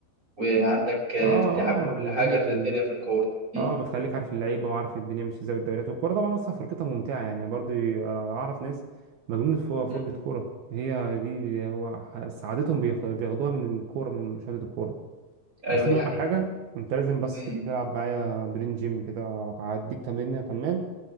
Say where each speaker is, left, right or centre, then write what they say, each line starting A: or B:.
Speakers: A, on the right; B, on the right.
A: وعندك آه،
B: اه
A: استيعاب لكل
B: اه من
A: حاجه
B: ضمن
A: في الدنيا في الكوره امم
B: اه بتخليك عارف اللعيبه وعارف الدنيا ماشيه ازاي والدوريات والكوره طبعا اصلا فرجتها ممتعه يعني برضه انا اعرف ناس مجنونه فوق فرجه
A: امم
B: كوره هي دي هو ح- سعادتهم بياخ- بياخدوها من الكوره من مشاهده الكوره
A: ايوه
B: بس
A: دي
B: انا
A: حقيقه
B: اقول لك حاجه انت لازم بس
A: امم
B: تيجي تلعب معايا درين جيم كده هديك تمرين تمام